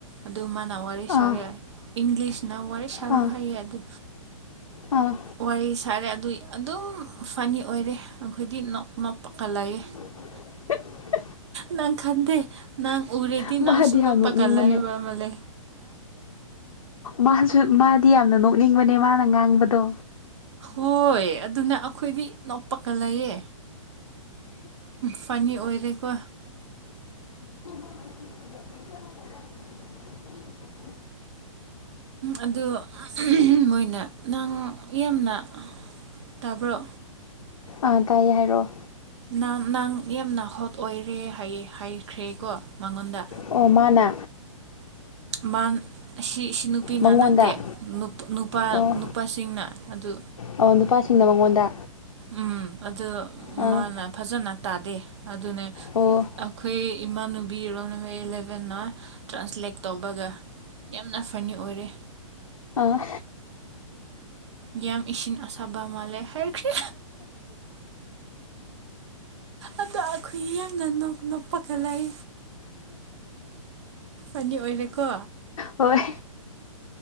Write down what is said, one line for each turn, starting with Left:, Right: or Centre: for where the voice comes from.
Right: ꯑꯗꯨ ꯃꯥꯟꯅ ꯋꯥꯔꯤꯔꯤ
Left: ꯑꯥ
Right: ꯁꯥꯔꯦ
Left: ꯑꯥ
Right: ꯏꯪꯂꯤꯁꯅ ꯋꯥꯔꯤ ꯁꯥꯔꯣ
Left: ꯑꯥ
Right: ꯍꯥꯏꯌꯦ ꯑꯗꯨ
Left: ꯑꯥ
Right: ꯋꯥꯔꯤ ꯁꯥꯔꯦ ꯑꯗꯨ ꯑꯗꯨꯝ ꯐꯅꯤ ꯑꯣꯏꯔꯦ ꯑꯩꯈꯣꯏꯗꯤ ꯅꯣꯛ ꯅ ꯄ ꯀꯜꯂꯑꯦ
Left: <inaudible>
Right: ꯅꯪ ꯈꯥꯟꯗꯦ ꯅꯪ ꯎꯔꯦꯗꯤ
Left: ꯃꯥꯗꯤ
Right: ꯅꯪ ꯁꯅ
Left: ꯌꯥꯝ ꯅꯣꯛꯅꯤꯡꯕꯅꯦ
Right: ꯄꯒꯜꯂꯑꯕ ꯃꯂꯦ
Left: ꯃꯥꯁꯨ ꯃꯥꯗꯤ ꯌꯥꯝꯅ ꯅꯣꯛꯅꯤꯡꯕꯅꯦ ꯃꯥꯅ ꯉꯥꯡꯕꯗꯣ
Right: ꯍꯣꯏ ꯑꯗꯨꯅ ꯑꯩꯈꯣꯏꯗꯤ ꯅꯣꯞꯄꯛꯀ ꯂꯩꯌꯦ ꯐꯅꯤ ꯑꯣꯏꯗꯀꯣ
Left: <unintelligible>
Right: ꯑꯗꯨ ꯃꯣꯏꯅ ꯅꯪ ꯌꯥꯝꯅ ꯇꯥꯄꯔ
Left: ꯑꯥ ꯇꯥꯏꯌꯦ ꯍꯥꯏꯔꯛꯑꯣ
Right: ꯅ ꯅꯪ ꯌꯥꯝꯅ ꯍꯣꯠ ꯑꯣꯏꯔꯦ ꯍꯥꯏꯈ꯭ꯔꯦꯀꯣ ꯃꯉꯣꯟꯗ
Left: ꯑꯣꯃꯥꯅ
Right: ꯃꯥꯟ ꯍ ꯅꯨꯄꯤꯅ
Left: ꯃꯉꯣꯟꯗ
Right: ꯅꯠꯇꯦ ꯅꯨꯄꯥ
Left: ꯑꯣ
Right: ꯅꯨꯄꯥꯁꯤꯡꯅ ꯑꯗꯨ
Left: ꯑꯣ ꯅꯨꯄꯥꯁꯤꯡꯅ ꯃꯉꯣꯟꯗ
Right: ꯎꯝ ꯑꯗꯨ
Left: ꯑꯥ
Right: ꯃꯥꯅ ꯐꯖꯅ ꯇꯥꯗꯦ ꯑꯗꯨꯅꯦ
Left: ꯑꯣ
Right: ꯑꯩꯈꯣꯏ ꯏꯃꯥꯟꯅꯨꯕꯤꯔꯣꯅ ꯃꯣꯏ ꯏꯂꯚꯦꯟꯅ ꯇ꯭ꯔꯥꯟꯁꯂꯦꯠ ꯇꯧꯕꯒ ꯌꯥꯝꯅ ꯐꯅꯤ ꯑꯣꯏꯔꯦ
Left: ꯑꯥ
Right: ꯒꯦꯝ ꯏꯁꯤꯟ ꯑꯃꯁꯨꯡꯕ ꯃꯂꯩ ꯍꯔ ꯀ ꯑꯗ ꯑꯩꯈꯣꯏ ꯌꯥꯝ ꯉꯅ ꯅꯨꯄꯥꯀꯂꯥꯏ ꯑꯅꯤ ꯑꯣꯏꯔꯦꯀꯣ
Left: ꯍꯣꯏ